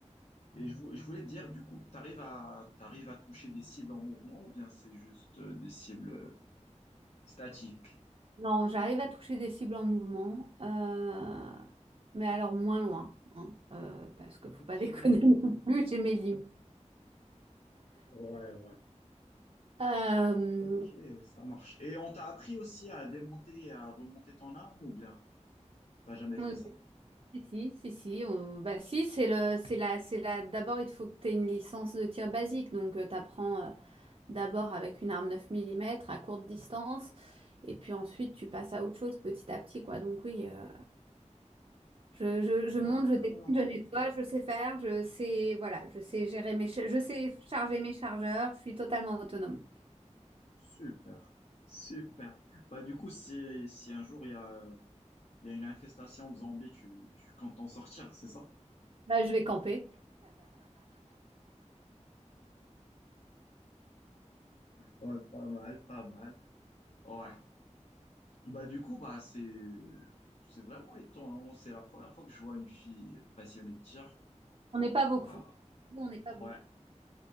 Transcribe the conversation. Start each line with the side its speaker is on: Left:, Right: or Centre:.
Left: Et je, vou- je voulais te dire, du coup, t'arrives à, t'arrives à toucher des cibles en mouvement, ou bien c'est juste euh, des cibles euh, statiques?
Right: Non, j'arrive à toucher des cibles en mouvement, euh, mais alors moins loin, hein, euh, parce que faut
Left: Ok.
Right: pas déconner
Left: Ouais,
Right: <laughs> non plus, j'ai mes limites.
Left: ouais.
Right: Euh,
Left: Ok, ça marche. Et on t'a appris aussi à démonter et à remonter ton arme ou bien t'as jamais fait
Right: oui,
Left: ça?
Right: si, si, si, si, on- bah, si, c'est le, c'est la, c'est la, d'abord, il faut que tu aies une licence de tir basique, donc tu apprends d'abord avec une arme 9 mm à courte distance, et puis ensuite tu passes à autre chose petit à petit, quoi. Donc oui, euh, Je, je, je monte,
Left: D'accord,
Right: je descends, je nettoie, je sais faire, je sais, voilà, je sais gérer mes, cha- je sais charger mes chargeurs, je suis totalement autonome.
Left: super, super. Bah du coup, si, si un jour il y a, il y a une infestation de zombies, tu, tu comptes t'en sortir, c'est ça?
Right: Là, je vais camper.
Left: Ouais, pas mal, pas mal. Ouais. Bah du coup, bah c'est c'est vraiment étonnant. C'est la première fois que je vois une fille passionnée de tir.
Right: On n'est pas beaucoup.
Left: Bah,
Right: Nous, On n'est pas beaucoup.
Left: ouais.